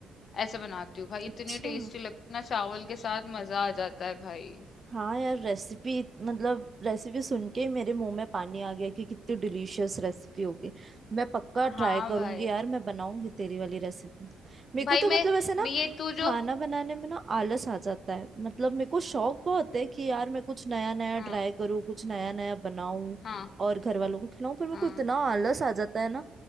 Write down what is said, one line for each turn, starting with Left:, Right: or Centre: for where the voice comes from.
Left: ऐसे बनाती हूँ भाई इतनी
Right: अच्छा
Left: टेस्टी लगती ना चावल के साथ मजा आ जाता है भाई
Right: हाँ यार रेसिपी मतलब रेसिपी सुन के ही मेरे मुंह में पानी आ गया कि कितनी डिलीशियस रेसिपी होगी मैं पक्का ट्राई
Left: हाँ
Right: करूंगी
Left: भाई
Right: यार मैं बनाऊंगी तेरी वाली रेसिपी मेरे को
Left: भाई
Right: तो मतलब
Left: मैं
Right: ऐसे ना
Left: मैं ये तू
Right: खाना
Left: जो
Right: बनाने में ना आलस आ जाता है मतलब मेरे को शौक बहुत है कि यार मैं कुछ नया नया
Left: हाँ
Right: ट्राई करूँ कुछ नया नया बनाऊं
Left: हाँ
Right: और घर वालों को खिलाऊं पर मेरे
Left: हाँ
Right: को इतना आलस आ जाता है ना